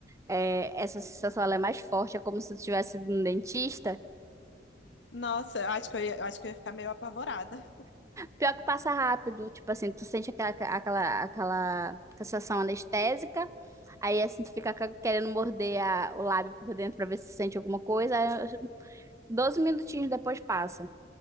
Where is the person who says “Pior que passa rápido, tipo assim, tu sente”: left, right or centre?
Right